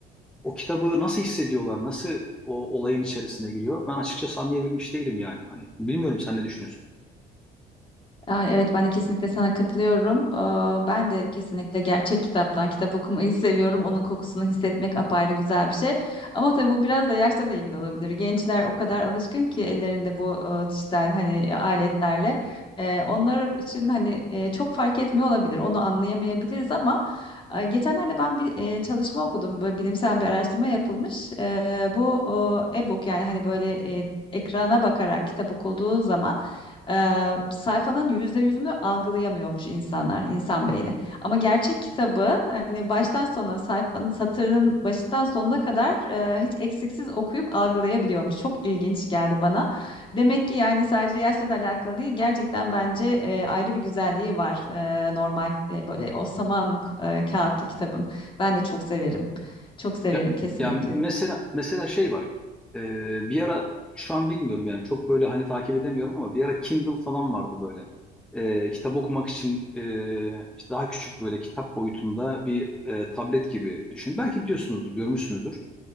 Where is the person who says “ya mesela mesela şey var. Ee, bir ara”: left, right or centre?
Centre